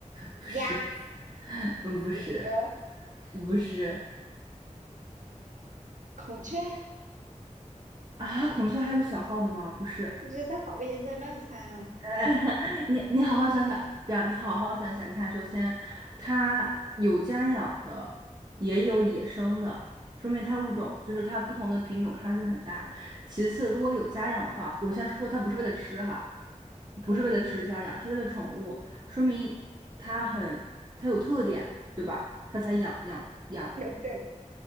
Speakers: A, on the right; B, on the right.
A: <laughs> 不是，
B: 鸭、
A: 嗯不是
B: 鹅、
A: 不是
B: 孔雀，
A: 啊，孔雀还有小号的吗？不是。
B: 不知道，我也在乱猜了。
A: 呃，<laughs> 你你好好想想，这样你好好想想。你看，首先，它有家养的，也有野生的，说明它物种就是它不同的品种差距很大。其次，如果有家养的话，我先说它不是为了吃哈，不是为了吃家养，
B: 嗯，
A: 是为了宠物，说明它很它有特点，对吧？它才养养养。
B: 有这